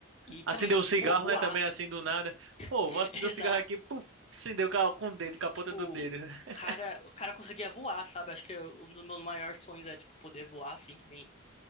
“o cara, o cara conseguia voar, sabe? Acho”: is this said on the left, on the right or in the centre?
Left